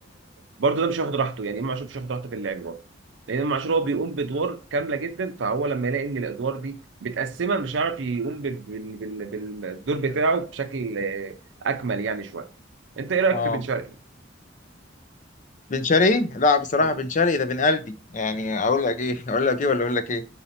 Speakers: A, on the right; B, on the left.
A: برضو ده مش هياخد راحته يعني امام عاشور مش هياخد راحته في اللعب برضه لان امام عاشور هو بيقوم بادوار كامله جدا فهو لما يلاقي ان الادوار دي متقسمه مش هيعرف يقوم بال... بال... بال... بالدور بتاعه بشكل آه، اكمل يعني شويه انت ايه رايك
B: اه
A: في بن شرقي؟
B: بن شرقي لا بصراحه
A: حلو.
B: بن شرقي ده بن قلبي يعني اقول لك ايه <laughs> اقول لك ايه ولا اقول لك ايه